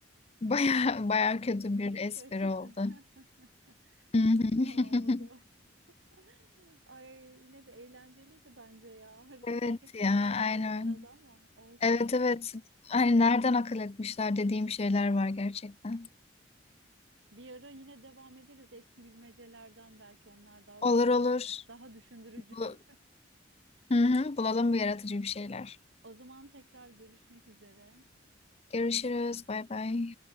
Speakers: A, on the left (about 30°); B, on the right (about 70°).
A: baya baya kötü
B: <laughs>
A: bir
B: İyi
A: espri
B: ki açıkladın.
A: oldu.
B: <laughs>
A: <laughs>
B: Tamam o zaman. <laughs> Ay yine de eğlenceliydi bence ya. Hadi
A: Evet
B: soğuk espriler
A: ya
B: vardı
A: aynen.
B: arada ama olsun.
A: Evet evet. Hani nereden akıl etmişler dediğim şeyler var gerçekten.
B: Bir ara yine devam ederiz eski bilmecelerden belki onlar daha
A: Olur
B: güzeldi.
A: olur.
B: Daha düşündürücüydü.
A: Bu- Hı hı, bulalım bu yaratıcı bir şeyler.
B: O zaman tekrar görüşmek üzere.
A: Görüşürüz. Bay bay.